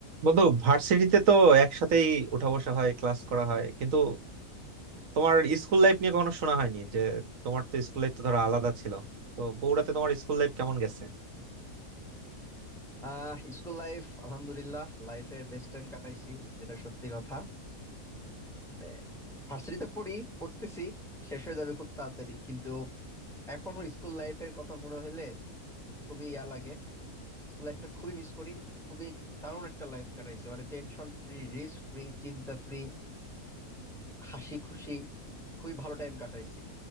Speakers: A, on the right (about 65°); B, in the centre.
A: বন্ধু ভার্সিটিতে তো একসাথেই উঠা বসা হয় ক্লাস করা হয় কিন্তু তোমার স্কুল লাইফ নিয়ে কখনো শোনা হয়নি যে তোমার তো স্কুল লাইফ তো ধরো আলাদা ছিল তো বগুড়াতে তোমার স্কুল লাইফ কেমন গেছে
B: আহ school life আলহামদুলিল্লাহ লাইফের best time কাটাইছি যেটা সত্যি কথা মানে ভার্সিটিতে পড়ি পড়তেছি শেষ হয়ে যাবে খুব তাড়াতাড়ি কিন্তু এখনো স্কুল লাইফের কথা মনে হইলে খুবই ইয়া লাগে স্কুল লাইফটা খুবই মিস করি খুবই দারুণ একটা লাইফ কাটাইছি মানে টেনশন ফ্রি রিস্ক ফ্রি চিন্তা ফ্রি হাসি খুশি খুবই ভালো টাইম কাটাইছি